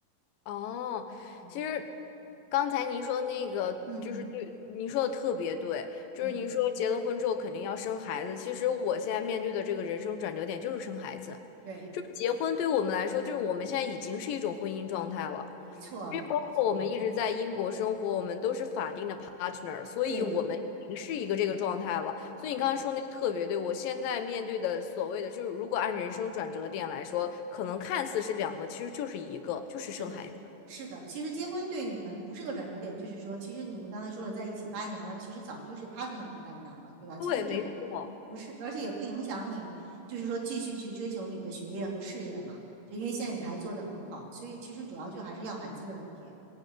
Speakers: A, on the left; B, on the right.
A: 哦，
B: 嗯
A: 其实刚才您说那个就是对，
B: 嗯嗯
A: 您说的特别对，就是您说结了婚之后肯定要生孩子。
B: 嗯，
A: 其实我现在面对的这个人生转折点就是生孩子，
B: 对，
A: 就是结婚对我们来说，就是我们现在已经是一种婚姻状态了，
B: 没错，
A: 因为包括我们一直在英国生活，
B: 没错，
A: 我们都是法定的 partner，所以我们已经是一个这个状态了。
B: 对的，
A: 所以你刚才说那个特别对，
B: 对。
A: 我现在面对的所谓的就是，如果按人生转折点来说，可能看似是两个，其实就是一个，就是生孩子。
B: 是的，是的。其实结婚对你们不是个转折点，就是说，其实你们刚才说了在一起八年了，其实早就是 partner 的概念了，对吧？其实这不不是，
A: 对，没错，
B: 而且也不影响你，就是说继续去追求你的学业和事业嘛。就因为现在你还做得很好，所以其实主要就还是要孩子的问题。